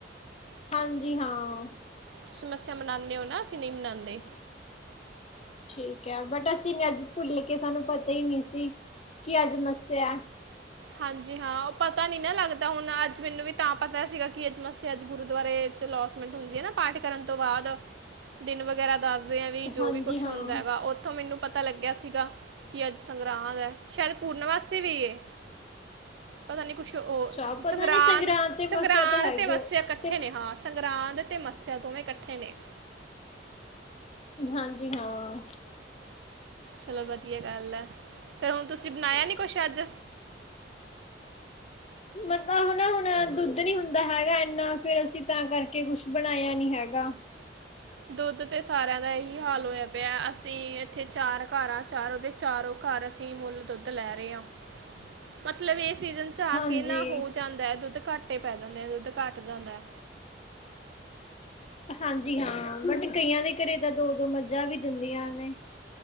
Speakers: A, on the left; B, on the right.
A: ਹਾਂਜੀ ਹਾਂ।
B: ਤੁਸੀ ਮੱਸਿਆ ਮਨਾਦੇ ਹੋ ਨਾ ਅਸੀਂ ਨਹੀਂ ਮਨਾਦੇ-
A: ਠੀਕ ਹੈ ਬਟ ਅਸੀਂ ਅੱਜ ਭੁੱਲ ਕੇ ਸਾਨੂੰ ਪਤਾ ਹੀ ਨਹੀਂ ਸੀ ਕੀ ਅੱਜ ਮੱਸਿਆ-
B: ਹਾਂਜੀ ਹਾਂ ਉਹ ਪਤਾ ਨੀ ਨਾ ਲੱਗਦਾ ਹੁਣ ਅੱਜ ਮੈਨੂੰ ਵੀ ਤਾਂ ਪਤਾ ਸੀਗਾ ਕਿ ਅੱਜ ਮੱਸਿਆ ਅੱਜ ਗੁਰੂਦੁਆਰੇ ਚ ਲੋਸਮੈਂਟ ਹੁੰਦੀ ਹੈ ਨਾ ਪਾਠ ਕਰਨ ਤੋਂ ਬਾਅਦ ਦਿਨ ਵਗੈਰਾ ਦੱਸ- ਦੇ ਵੀ ਜੋ
A: ਹਾਂਜੀ
B: ਵੀ ਕੁਛ
A: ਹਾਂ।
B: ਹੁੰਦਾ ਹੈਗਾ ਉੱਥੋਂ ਮੈਨੂੰ ਪਤਾ- ਪਤਾ ਲੱਗਿਆ ਸੀਗਾ ਕਿ ਅੱਜ ਸੰਗਰਾਂਦ ਹੈ ਸ਼ਾਇਦ ਪੂਰਨਮਾਸੀ ਵੀ ਏ। ਪਤਾ ਨੀ- ਕੁਛ
A: ਅੱਛਾ ਪਤਾ
B: ਸੰਗਰਾਂਦ
A: ਨੀ ਤੇ ਮੱਸਿਆ
B: ਸੰਗਰਾਂਦ
A: ਤਾਂ ਹੈਗੀ
B: ' ਮੱਸਿਆ
A: ਆ
B: ਇਕੱਠੇ
A: ਤੇ
B: ਨੇ ਹਾਂ ਸੰਗਰਾਂਦ ਤੇ ਮੱਸਿਆ ਦੋਵੇਂ ਇਕੱਠੇ ਨੇ-
A: ਹਾਂਜੀ ਹਾਂ।
B: ਚਲੋ ਵਧੀਆ ਗੱਲ ਹੈ ਫੇਿਰ ਹੁਣ ਤੁਸੀਂ ਬਣਾਇਆ ਨੀ ਕੁਛ ਅੱਜ?
A: ਮਤਲੱਬ ਹਨਾ ਹੁਣ ਦੁੱਧ ਨੀ ਹੁੰਦਾ ਹੈਗਾ ਇਨਾ ਫਿਰ ਅਸੀਂ ਤਾਂ ਕਰਕੇ ਕੁਛ ਬਣਾਇਆ ਨੀ ਹੈਗਾ।
B: ਦੁੱਧ ਤੇ ਸਾਰਿਆਂ ਦਾ ਇਹੀ ਹਾਲ ਹੋਇਆ ਪਿਆ ਅਸੀਂ ਇੱਥੇ ਚਾਰ ਘਰ ਹ ਚਾਰੋਂ ਦੇ ਚਾਰੋਂ ਘਰ ਅਸੀਂ ਮੁੱਲ ਦੁੱਧ ਲੈ ਰਹੇ ਹਾਂ ਮੱਤਲਬ ਇਹ ਸੀ ਝਾ
A: ਹਾਂਜੀ
B: ਕਿ ਨਾ ਹੋ ਜਾਂਦਾ ਹੈ ਦੁੱਧ ਘੱਟੇ ਪੈ ਜਾਂਦੇ ਆ ਦੁੱਧ ਘੱਟ ਜਾਂਦਾ।
A: ਹਾਂਜੀ ਹਾਂ ਮੈਂ ਕਿਹਾ ਕਈਆਂ ਦੇ ਘਰੇ ਤਾਂ ਦੋ ਦੋ ਮੱਝਾਂ ਵੀ ਦਿੰਦੀਆਂ ਨੇ